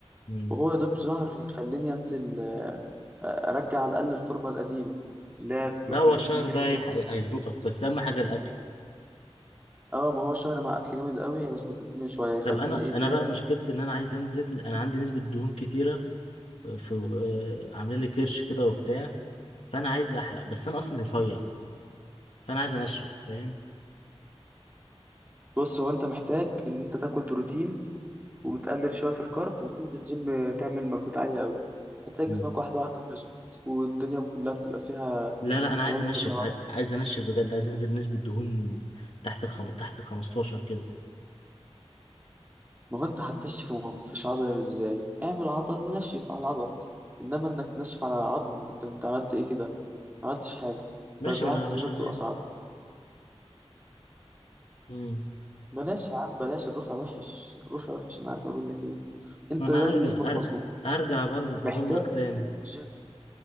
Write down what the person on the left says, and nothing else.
امم
لا هو
الشهر
ده
هيلحق هيظبطك
بس اهم حاجة الاكل
طب انا
انا بقى مشكلتي ان انا عايز انزل انا عندي نسبة دهون كتيرة في آه، عاملين لي كرش كده وبتاع فانا عايز احرق بس انا اصلا رفيع فانا عايز انشف فاهم
مم.
لا لا انا عايز
انشف
عاي- عايز انشف بجد عايز انزل نسبة دهون تحت الخم... تحت ال 15 كده
ماشي
ما انا هبقى
شغال
مم.
ما انا
هرجع
هر...
هرجع أبل...
ابلك تاني